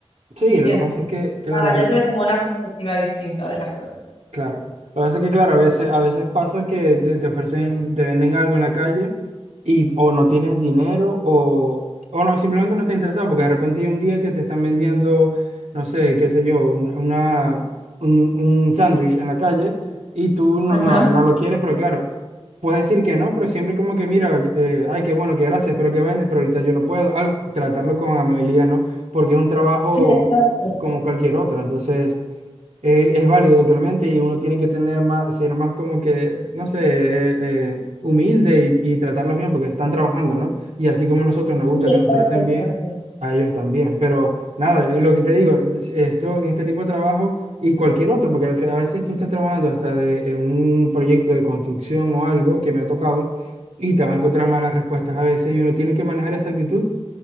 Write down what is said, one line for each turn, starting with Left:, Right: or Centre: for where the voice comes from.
Right: Sí,
Left: ¿me entiendes?
Right: lo que pasa es que, claro,
Left: Ah, ya tuve como una perspectiva distinta de las cosas.
Right: Claro. Lo que pasa es que, claro, a veces, a veces pasa que te, te ofrecen, te venden algo en la calle y o no tienes dinero o, o no, simplemente no estás interesado porque de repente hay un día que te están vendiendo, no sé, qué sé yo, un, una, un, un sándwich en la calle y tú no,
Left: Ajá.
Right: no, no lo quieres, pero claro, puedes decir que no, pero siempre como que mira, eh, ay, qué bueno, qué gracias, pero que vendes, pero ahorita yo no puedo, algo, tratarlo con amabilidad, ¿no? Porque es un trabajo
Left: Sí, exacto.
Right: como cualquier otro, entonces... Eh, es válido totalmente y uno tiene que tener más, ser más como que, no sé, eh, eh, humilde y, y tratarlos bien porque están trabajando, ¿no? Y así como a nosotros nos gusta
Left: Sí, exacto,
Right: que nos traten
Left: exacto.
Right: bien, a ellos también. Pero nada, lo que te digo, esto en este tipo de trabajo y cualquier otro, porque al fe- a veces tú estás trabajando hasta de, en un proyecto de construcción o algo que me ha tocado y te vas a encontrar malas respuestas a veces y uno tiene que manejar esa actitud